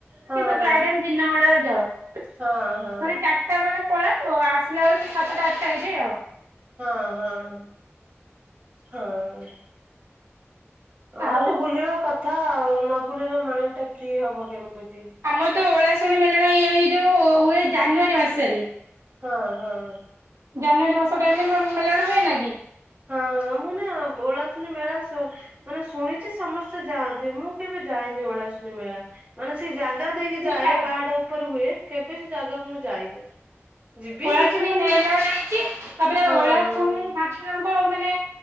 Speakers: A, on the right (about 30°); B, on the right (about 80°).
A: ହଁ
B: କିନ୍ତୁ ପ୍ରାଏ
A: ହଁ
B: ଟାଇମ୍ ଦିନ ବେଳା ଯାଉ।
A: ହଁ ହଁ
B: ମାନେ ସେତେ ବେଳେ ପଳାନ୍ତୁ ଆସିଲା ବେଳକୁ ସାତଟା ଆଠଟା ହେଇଯାଏ ଆଉ।
A: ହଁ ହଁ ହଁ ହଁ
B: ଆଉ
A: ଟିକେ ବୁଲିବା କଥା ଆଉ ନ ବୁଲିଲ ମାଇଣ୍ଡ ଟା ଫ୍ରି ହବ କେମିତି।
B: ଆମର ତ ଓଳାଶୁଣୀ ମେଳଣ ଏଇ ଏଇ ଯୋଉ ହୁଏ ଜାନୁଆରୀ ମାସରେ।
A: ହଁ ହଁ।
B: ଜାନୁଆରୀ ମାସଟା ଏମିତି ମେଲାଣ ହୁଏ ନା କି? <unintelligible>
A: ହଁ ମୁଁ ନା ଓଳାଶୁଣି ମେଳା ସେ ମାନେ ଶୁଣିଛି ସମସ୍ତେ ଯାଆନ୍ତି ମୁଁ କେବେ ଯାଇନି ଓଳାଶୁନୀ ମେଳା। ମାନେ ସେ ଜାଗା ଦେଇକି
B: ମୁଁ
A: ଯାଏ
B: ଯାଇଛି।
A: ପାହାଡ ଉପରେ ହୁଏ। କେବେ ସେ ଜାଗାକୁ ମୁଁ ଯାଇନି। ଯିବି
B: ପଳା
A: ଯିବି
B: ଶୁଣି
A: ବୋଲି
B: ମେଳା ଯାଇଛି। ତାପରେ
A: ହଁ
B: ଓଳା
A: ହଁ।
B: ଶଣି ତାଙ୍କ ମାନେ